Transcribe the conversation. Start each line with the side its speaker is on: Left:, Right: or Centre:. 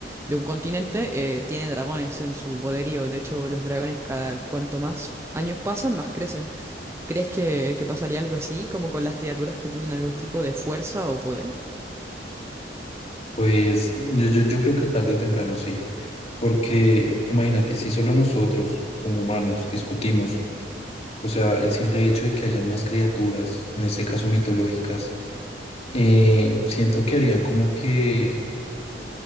Right: de un continente, eh, tiene dragones en su poderío. De hecho, los dragones cada cuanto más años pasan, más crecen. ¿Crees que, que pasaría algo así, como con las criaturas que tienen algún tipo de fuerza o poder?
Left: Pues mm, yo, yo- yo creo que tarde o temprano sí, porque imagínate, si solo nosotros como humanos discutimos, o sea, el simple hecho de que hayan más criaturas, en este caso mitológicas, eh, siento que harían como que,